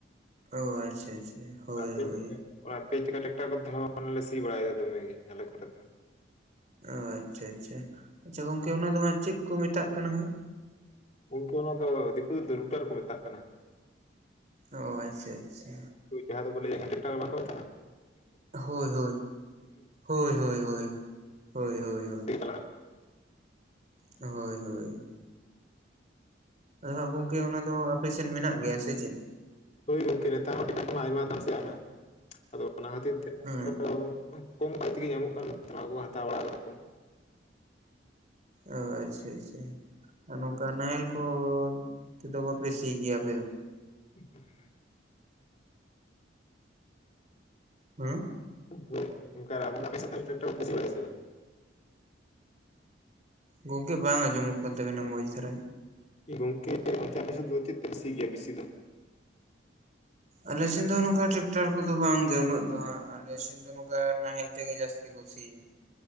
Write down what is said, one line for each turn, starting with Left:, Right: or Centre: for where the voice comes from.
Right: ᱳ ᱟᱪᱪᱷᱟ ᱟᱪᱪᱷᱟ ᱦᱳᱭ
Left: ᱚᱱᱟ ᱯᱮ
Right: ᱦᱳᱭ
Left: ᱪᱟᱠᱟ ᱚᱱᱟ ᱯᱮ ᱪᱟᱠᱟ ᱪᱟᱠᱴᱟᱨ ᱠᱚᱛᱮ ᱦᱚ ᱞᱮ ᱥᱤ ᱵᱟᱲᱟᱭᱮᱫᱟ ᱫᱚᱢᱮ ᱜᱮ ᱟᱞᱮᱠ ᱠᱚᱨᱮ ᱫᱚ
Right: ᱚ ᱟᱪᱪᱷᱟ ᱟᱪᱪᱷᱟ ᱟᱪᱪᱷᱟ ᱜᱚᱝᱠᱮ ᱚᱱᱟ ᱫᱚ ᱦᱟᱸᱜ ᱪᱮᱫ ᱠᱚ ᱢᱮᱛᱟᱜ ᱠᱟᱱᱟ ᱦᱟᱜ
Left: ᱜᱚᱝᱠᱮ ᱚᱱᱟ ᱫᱚ ᱫᱤᱠᱩ ᱫᱚ ᱨᱩᱴᱟᱨ ᱠᱚ ᱢᱮᱛᱟᱜ ᱠᱟᱱᱟ ᱦᱟᱜ
Right: ᱚ ᱟᱪᱪᱷᱟ ᱟᱪᱪᱷᱟ
Left: ᱦᱩᱭ ᱡᱟᱦᱟ ᱫᱚᱠᱚ ᱞᱟᱭ ᱦᱮᱱᱴᱟᱠᱴᱟᱨ ᱵᱟᱝ ᱠᱚ ᱢᱮᱛᱟᱜ-ᱟ
Right: ᱦᱳᱭ ᱦᱳᱭ ᱦᱳᱭ ᱦᱳᱭ ᱦᱳᱭ ᱦᱳᱭ ᱦᱳᱭ
Left: <unintelligible>
Right: ᱦᱳᱭ ᱦᱳᱭ ᱟᱫᱚᱜᱚᱢᱠᱮ ᱚᱱᱟ ᱫᱚ ᱟᱯᱮ ᱥᱮᱱ ᱢᱮᱱᱟᱜ ᱜᱮᱭᱟ ᱥᱮ ᱪᱮᱫ
Left: ᱦᱳᱭ ᱜᱚᱝᱠᱮ ᱱᱮᱛᱟᱨ ᱦᱚ <unintelligible>
Right: ᱚ
Left: ᱠᱚᱢ ᱠᱟᱜ ᱛᱮᱜᱮ ᱧᱟᱢᱚᱜ ᱠᱟᱱᱟ ᱦᱟᱛᱟᱣ ᱵᱟᱲᱟᱫᱟ ᱠᱚ
Right: ᱚᱻ ᱟᱪᱪᱷᱟ ᱟᱪᱪᱷᱟ ᱟᱨ ᱱᱚᱝᱠᱟ ᱱᱟᱦᱮᱞ ᱠᱚ ᱛᱮᱫᱚ ᱵᱟᱯᱮ ᱥᱤ ᱜᱮᱭᱟ ᱟᱯᱮ ᱫᱚ
Left: <unintelligible>
Right: ᱦᱩᱸ
Left: <unintelligible> ᱟᱯᱮ ᱥᱮᱫ ᱫᱚ ᱛᱟᱦᱮᱞᱮ ᱴᱟᱠᱴᱟᱨ ᱛᱮᱯᱮ ᱥᱤ ᱵᱟᱲᱟᱭ ᱫᱟ ᱥᱮ ᱵᱟᱝ
Right: ᱜᱚᱢᱠᱮ ᱵᱟᱝ ᱟᱸᱡᱚᱢᱚᱜ ᱠᱟᱱ ᱛᱟᱵᱮᱱᱟ ᱢᱚᱡᱽ ᱫᱷᱟᱨᱟ
Left: ᱜᱚᱝᱠᱮ ᱚᱱᱛᱮ ᱟᱯᱮ ᱥᱮᱫ ᱫᱚ ᱪᱮᱫ ᱛᱮᱯᱮ ᱥᱤ ᱜᱮᱭᱟ ᱵᱤᱥᱤ ᱫᱚ
Right: ᱟᱞᱮ ᱥᱮᱫ ᱫᱚ ᱱᱚᱝᱠᱟ ᱴᱮᱨᱟᱠᱴᱟᱨ ᱠᱚᱫᱚ ᱵᱟᱝᱜᱮ ᱩᱱᱟᱹᱜ ᱫᱚ ᱦᱟᱸᱜ ᱟᱞᱮ ᱥᱮᱫ ᱫᱚ ᱱᱚᱝᱠᱟ ᱱᱟᱦᱮᱞ ᱛᱮ ᱡᱟᱥᱛᱤ ᱠᱚ ᱥᱮᱭᱟ